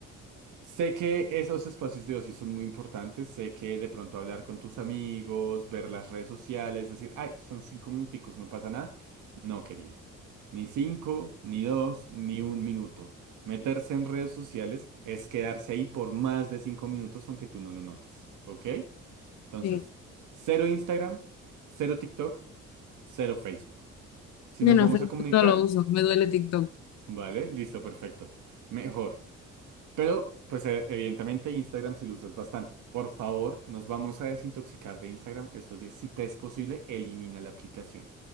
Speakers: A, on the right; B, on the left.
A: Sé que esos espacios de ocio son muy importantes, sé que de pronto hablar con tus amigos, ver las redes sociales, decir, ay, son cinco minuticos, no pasa nada. No quería. Ni cinco, ni dos, ni un minuto. Meterse en redes sociales es quedarse ahí por más de cinco minutos aunque tú no lo notes, ¿ok? Entonces,
B: sí.
A: cero Instagram, cero TikTok, cero Facebook. Si
B: Bueno,
A: nos vamos
B: Facebook
A: a comunicar,
B: no lo uso, me duele TikTok.
A: vale, listo, perfecto. Mejor. Pero, pues e- evidentemente Instagram si lo usas bastante. Por favor, nos vamos a desintoxicar de Instagram estos días. Si te es posible, elimina la aplicación.